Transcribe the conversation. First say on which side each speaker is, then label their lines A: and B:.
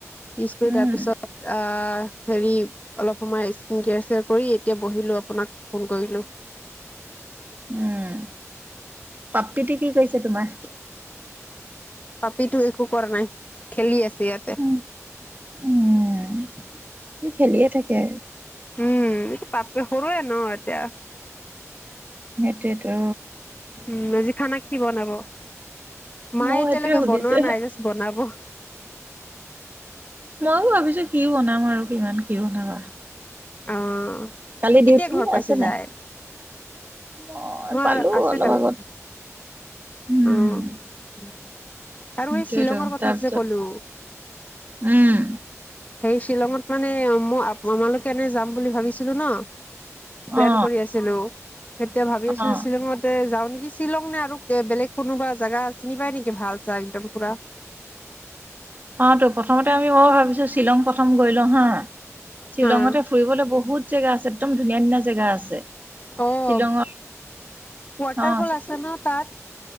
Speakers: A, on the left; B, on the right.
A: ইউজ কৰি
B: উম
A: তাৰপিছত। আ, হেৰি। অলপ সময় স্কিন কেয়াৰ চেয়াৰ কৰি এতিয়া বহিলোঁ, আপোনাক ফোন কৰিলোঁ।
B: উম, <unintelligible> কি কৰিছে তোমাৰ?
A: পাপিটো একো কৰা নাই, খেলি আছে ইয়াতে।
B: <unintelligible> সি খেলিয়ে থাকে।
A: উম, <unintelligible> পাপে সৰুৱে ন এতিয়া।
B: সিটোৱে‌ তো।
A: উম, আজি খানা কি বনাব? মায়ে
B: ময়ো
A: এতিয়ালৈকে
B: সেইটোয়ে সুধিছো
A: বনোৱা নাই জাষ্ট বনাব।
B: ময়ো ভাবিছোঁ কি বনাম আৰু কিমান। কি বনাবা
A: অ',
B: কালি ডিউটি
A: কেতিয়া ঘৰ পাইছে
B: আছে নাই
A: যায়?
B: মই
A: <unintelligible>
B: পালো
A: আছে
B: অলপ
A: কালি।
B: আগত উম
A: অঁ। আৰু
B: সেইটোয়েতো
A: এই শ্বিলঙৰ কথা
B: তাৰপিছত
A: যে কলো।
B: উম
A: সেই শ্বিলঙত মানে মই <unintelligible> এনে যাম বুলি ভাবিছিলোঁ ন? প্লেন
B: অ
A: কৰি আছিলোঁ, তেতিয়া ভাবি <inaudible>
B: অ
A: <unintelligible> যাওঁ নেকি শ্বিলং নে আৰু <unintelligible> বেলেগ কোনোবা জাগা চিনি পায় নেকি, ভাল চা একদম পুৰা।
B: <unintelligible> প্ৰথমতে আমি মই ভাবিছোঁ শ্বিলং প্ৰথম গৈ লওঁ, হা। শ্বিলঙতে
A: হা
B: ফুৰিবলৈ <inaudible> বহুত জেগা আছে, একদম ধুনীয়া ধুনীয়া জেগা আছে। <unintelligible>
A: অ'। ৱাটাৰফল
B: অ, <inaudible>
A: আছে ন তাত